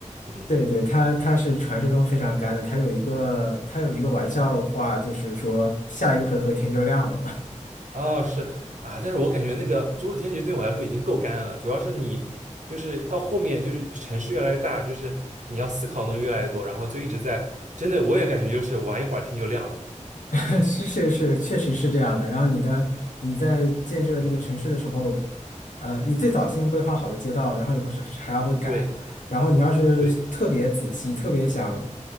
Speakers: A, on the right (about 75°); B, on the left (about 80°).
A: 嗯，
B: 对对，它它是传说中非常干的，它有一个它有一个玩笑话，就是说下一个回合天就亮了嘛。
A: 啊是啊，但是我感觉那个《阻止天劫》对我来说已经够干了，主要是你就是到后面就是城市越来越大，就是你要思考的东西越来越多，然后就一直在真的我也感觉就是玩一会儿天就亮了。
B: <laughs> 是是是，确实是这样的。然后你的你在建设那个城市的时候，
A: 嗯，
B: 呃，你最早先规划好的街道，然后以后是还要会改。
A: 对。
B: 然后你要是特别仔细，
A: 对
B: 特别想